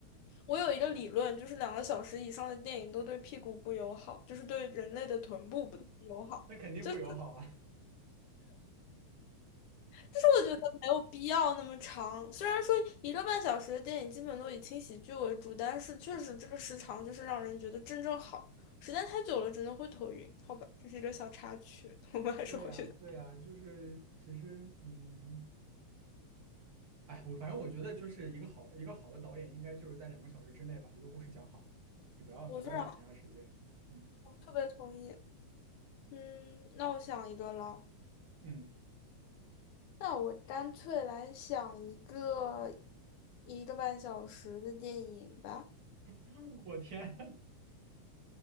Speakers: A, on the left; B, on the right.
A: 我有一个理论，就是两个小时以上的电影都对屁股不友好，就是对人类的臀部不太友好。
B: 那肯定不友好啊。
A: 就就是我觉得没有必要那么长，虽然说一个半小时的电影基本都以轻喜剧为主，但是确实这个时长就是让人觉得正正好，时间太久了真的会头晕。好吧，这是一个小插曲，<laughs>
B: <laughs>
A: 我们还是回去。
B: 对呀，对呀，就是其实，嗯，哎，我反正我觉得就是一个好一个好的导演，应该就是在两个小时之内把一个故事讲好，你不要你不要讲太长时间，
A: 我非常，
B: 嗯
A: 我特别同意。嗯，那我想一个了，
B: 嗯。
A: 那我干脆来想一个一个半小时的电影吧。
B: <laughs> 我天，